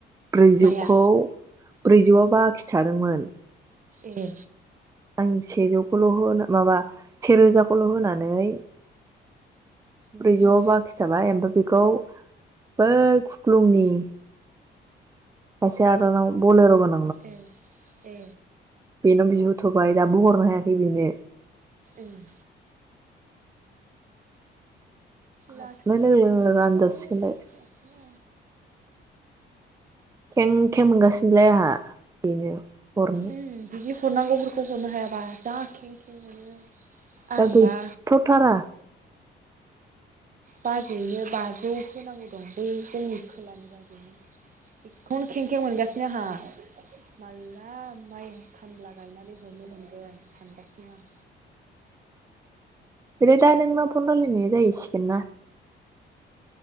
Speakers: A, on the right (about 15°); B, on the right (about 40°).
A: ब्रैजोखौ
B: माया
A: ब्रैजौआव बाखि थादोंमोन।
B: ए।
A: आं सेजौखौल' होनो माबा सेरोजाखौल' होनानै। ब्रैजौ
B: उम
A: आव बाखि थाबाय ओमफ्राय बेखौ बै खुख्लुंनि। खायसे आरोबाव बलेर मोन
B: ए ए।
A: बेनाव बिहरथ'बाय दाबो हरनो हायाखै बेनो।
B: ओम।
A: हाबनाय
B: लाथ'
A: लोगो
B: मोनथ'बालाय
A: लोगो रानजासिगोनलाय
B: हसै।
A: खेंखें मोनगासिनोलाय आंहा। बेनो हरनो
B: उम बिदि हरनांगौफोरखौ हरनो हायाबा। जा खेंखेंमोनो आंहानोबा
A: दा गैथ'थारा
B: बाजैयैनो बाजौ होनांगौ दं बै जोंनि खोलानि बाजैयैनो। कम खें खें मोनगासिनो नो आंहा माला माइ खामला गायनानै हरनो मोनगोन सानगासिनो आं।
A: फ्राय दा नों मा फन रायलायनो जाहैसिगोन ना।